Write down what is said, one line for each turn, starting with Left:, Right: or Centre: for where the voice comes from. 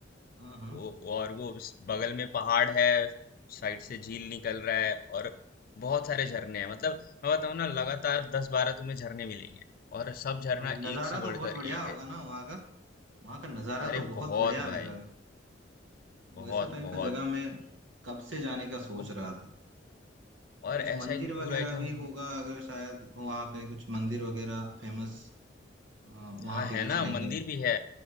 Right: हाँ हाँ
Left: वो और वो उस बगल में पहाड़ है साइड से झील निकल रहा है और बहुत सारे झरने हैं मतलब मैं बताऊँ ना लगातार दस बारह तुम्हें झरने मिलेंगे और सब झरना
Right: अरे भाई नज़ारा
Left: एक से बढ़कर
Right: तो बहुत बढ़िया
Left: एक
Right: होगा
Left: है
Right: ना वहाँ का वहाँ का नज़ारा
Left: अरे
Right: तो बहुत
Left: बहुत
Right: बढ़िया
Left: भाई
Right: लग रहा है
Left: बहुत
Right: वैसा टाइप
Left: बहुत
Right: का जगह मैं कब से जाने का सोच
Left: ओ,
Right: रहा था
Left: और
Right: कुछ
Left: ऐसा
Right: मंदिर
Left: है कि
Right: वगैरह
Left: पूरा एकदम
Right: भी होगा अगर शायद वहाँ पे कुछ मंदिर वगैरह फेमस वहाँ
Left: हाँ है
Right: पे भी
Left: ना
Right: चलेंगे
Left: मंदिर भी है